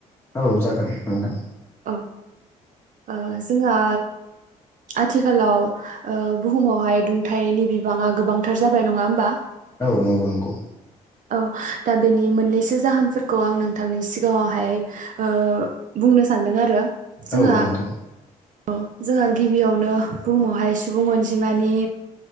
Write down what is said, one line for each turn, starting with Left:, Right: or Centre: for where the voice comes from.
Left: औ जागोन नोंथां
Right: औ ओ जोंहा आथिखालाव ओ बुहुमावहाय दुंथाइनि बिबाङा गोबांथार जाबाय नङा होमबा
Left: औ नंगौ नंगौ
Right: औ दा बेनि मोननैसो जाहोनफोरखौ आं नोंथांनि सिगाङावहाय ओ बुंनो सानदों आरो जोंहा
Left: औ नोंथां
Right: औ जोंहा गिबियावनो बुहुमावहाय सुबुं अनजिमानि